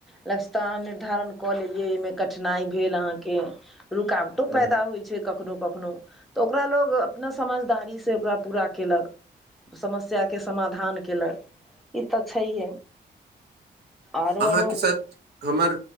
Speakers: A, in the centre; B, on the right.
A: लक्ष्य तऽ अहाँ निर्धारण कऽ लेलियै एहिमे कठिनाई भेल अहाँकेँ रुक आब तो
B: ह
A: पैदा होइ छै कखनो कखनो तऽ ओकरा लोग अपना समझदारी से ओकरा पूरा केलक समस्या केँ समाधान कयेलक ई तऽ छैहे आरो
B: अहाँकेँ
A: आरो
B: साथ हमर